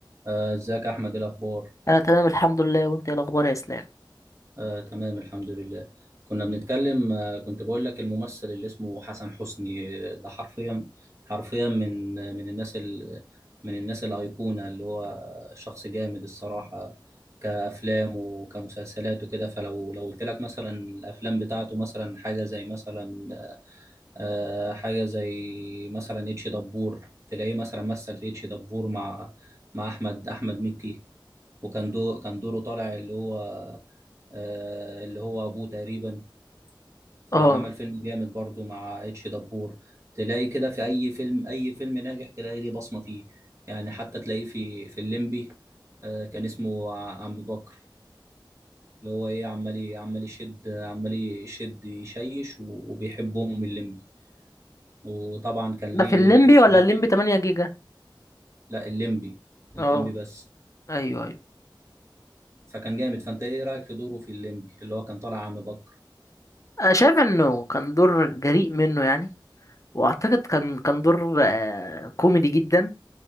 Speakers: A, on the right (about 35°); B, on the left (about 40°).
A: آه، ازيك يا احمد إيه الاخبار
B: انا تمام الحمد لله وانت ايه الاخبار يا اسلام
A: آه، تمام الحمد لله كنا بنتكلم آه، كنت بقول لك الممثل اللي اسمه حسن حسني آه، ده حرفيا حرفيا من آه، من الناس ال من الناس الايقونه اللي هو شخص جامد الصراحه كافلام وكمسلسلات وكده فلو لو قلت لك مثلا الافلام بتاعته مثلا حاجه زي مثلا آه، حاجه زي مثلا اتش دبور تلاقيه مثلا مثل في اتش دبور مع مع احمد احمد مكي وكان دور كان دوره طالع اللي هو آه اللي هو ابوه تقريبا فعمل
B: اه
A: فيلم جامد برضو مع اتش دبور تلاقي كده في اي فيلم اي فيلم ناجح تلاقي ليه بصمة فيه يعني حتى تلاقيه في في الليمبي آه كان اسمه ع- عم بكر اللي هو ايه عمال ي- عمال يشد عمال يشد يشيش و- وبيحب ام الليمبي وطبعا كان
B: ده
A: ليه
B: في الليمبي
A: افيهات
B: ولا الليمبي 8 جيجا
A: لا الليمبي الليمبي
B: اه
A: بس
B: ايوه ايوه
A: فكان جامد فانت ايه رايك في دوره في الليمبي اللي هو كان طالع عم بكر
B: انا شايف انه كان دور جريء منه يعني واعتقد كان كان دور آه، كوميدي جدا